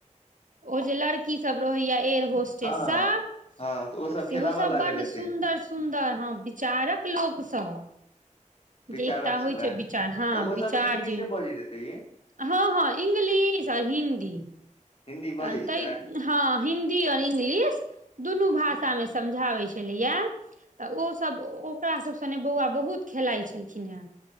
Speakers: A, on the right; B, on the left.
A: ओजे लड़की सब रहय ये एयर होस्टेस
B: हँ
A: सब
B: हँ तऽ ओसभ
A: सेहो
B: खेलाबऽ
A: सब
B: लागल
A: बड
B: हेतै
A: सुंन्दर सुन्दर हँ विचारक लोकसँ
B: विचारक
A: जे एकटा
B: छलै
A: होइ छै विचार हँ
B: तऽ ओसभ
A: विचार
B: तऽ इंग्लिशे
A: जे
B: बजैत हेतै ये
A: हँ हँ इंग्लिश आ हिन्दी
B: हिन्दी
A: त
B: बजै छलै
A: तऽ हँ हिन्दी आओर इंग्लिश दुनू भाषा मे समझाबै छलैया तऽ ओसभ ओकरा सभ सने बौआ बहुत खेलाइत छलखिन हेँ